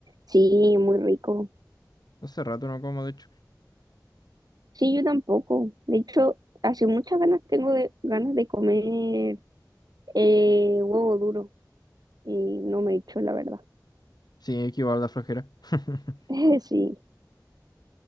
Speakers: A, on the right; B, on the left.
A: Sí, muy rico.
B: Hace rato no como, de hecho.
A: Sí, yo tampoco. De hecho, hace muchas ganas tengo de, ganas de comer eh, huevo duro y no me he hecho la verdad.
B: Sí, es que igual da flojera. <laughs>
A: <laughs> Sí.